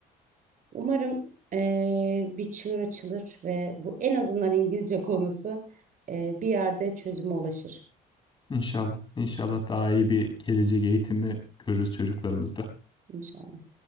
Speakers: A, on the right; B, on the left.
A: Umarım eee, bir çığır açılır ve bu en azından İngilizce konusu eee, bir yerde çözüme ulaşır.
B: İnşallah. inşallah daha iyi bir gelecek eğitimi görürüz çocuklarımızda.
A: İnşallah.